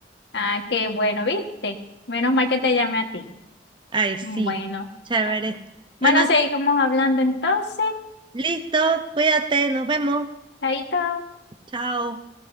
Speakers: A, on the left (about 70°); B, on the right (about 25°).
A: Ah, qué bueno, ¿viste? Menos mal que te llamé a ti.
B: Ay, sí.
A: Bueno,
B: Chévere.
A: ah, bueno,
B: Bueno,
A: seguimos hablando entonces.
B: listo. Cuídate. Nos vemos.
A: Ahí está.
B: Chao.